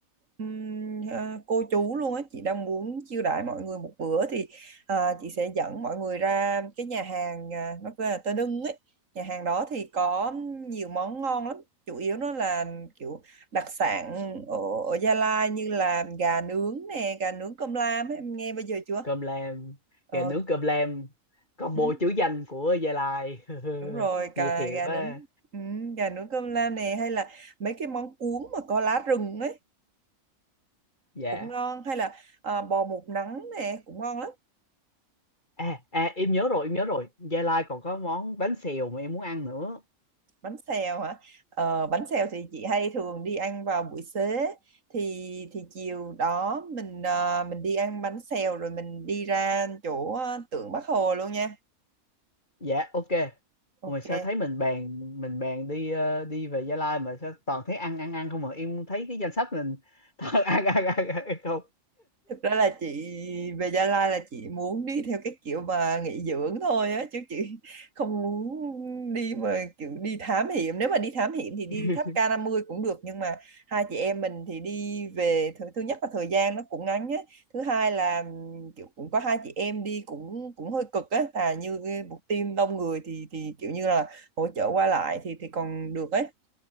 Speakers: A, on the right (about 65°); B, on the left (about 35°).
A: ừm, ờ, cô chú luôn á. Chị đang muốn chiêu đãi mọi người một bữa thì ờ, chị sẽ dẫn mọi người ra cái nhà hàng ờ, nó tên là Tơ Nưng ấy nhà hàng đó thì có nhiều món ngon lắm chủ yếu nó là kiểu đặc sản ở, ở Gia Lai như là gà nướng nè gà nướng cơm lam ấy, em nghe bao giờ chưa
B: cơm lam
A: ờ,
B: gà nướng cơm lam combo
A: ừ,
B: chữ danh của Gia Lai <laughs>
A: đúng rồi cả
B: nghe thiệt
A: gà
B: quá
A: nướng ừ, gà nướng cơm lam nè hay là mấy cái món cuốn mà có lá rừng ấy
B: dạ
A: cũng ngon hay là à, bò một nắng nè cũng ngon lắm
B: à à em nhớ rồi em nhớ rồi Gia Lai còn có món bánh xèo mà em muốn ăn nữa
A: bánh xèo hả ờ, bánh xèo thì chị hay thường đi ăn vào buổi xế thì thì chiều đó mình ờ, mình đi ăn bánh xèo rồi mình đi ra chỗ ờ, tượng Bác Hồ luôn nha
B: dạ ok
A: ok
B: Ủa mà sao thấy mình bàn mình bàn đi ờ, đi về Gia Lai mà sao toàn thấy ăn ăn ăn không mà em thấy cái danh sách mình toàn <laughs> ăn ăn ăn, ăn không
A: thực ra là chị về Gia Lai là chị muốn đi theo cái kiểu mà nghỉ dưỡng thôi á chứ chị không muốn đi mà kiểu đi thám hiểm nếu mà đi thám hiểm thì đi
B: <laughs>
A: tháp k mươi cũng được nhưng mà hai chị em mình thì đi về thứ, thứ nhất là thời gian nó cũng ngắn á thứ hai là ừm, kiểu cũng có hai chị em đi cũng cũng hơi cực á là như cái một team đông người thì thì kiểu như là hỗ trợ qua lại thì thì còn được ấy